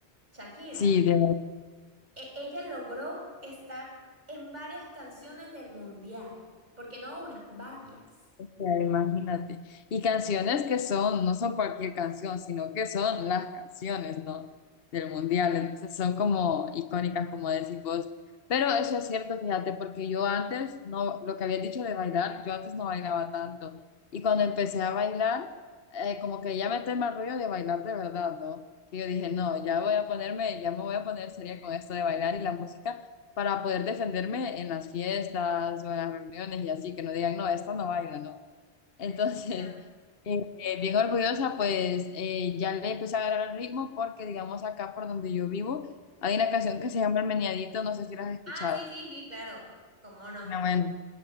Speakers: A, on the right; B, on the left.
A: Shakira.
B: Sí, de
A: E- ella logró estar en varias canciones del mundial, porque no una, varias.
B: sea, imagínate. Y canciones que son, no son cualquier canción, sino que son las canciones, ¿no? Del mundial. Entonces son como icónicas, como decís vos. Pero eso es cierto, fíjate, porque yo antes, no, lo que había dicho de bailar, yo antes no bailaba tanto. Y cuando empecé a bailar, eh, como que ya me tema el rollo de bailar de verdad, ¿no? Que yo dije, no, ya voy a ponerme, ya me voy a poner seria con esto de bailar y la música para poder defenderme en las fiestas o en las reuniones y así, que no digan, no, esta no baila, no. Entonces,
A: Claro.
B: <laughs> eh, eh, bien orgullosa, pues eh, ya le empecé a agarrar el ritmo porque, digamos, acá por donde yo vivo, hay una canción que se llama El Meneadito, no sé si la has escuchado.
A: Ah, sí, sí, sí, claro. ¿Cómo no?
B: No, bueno.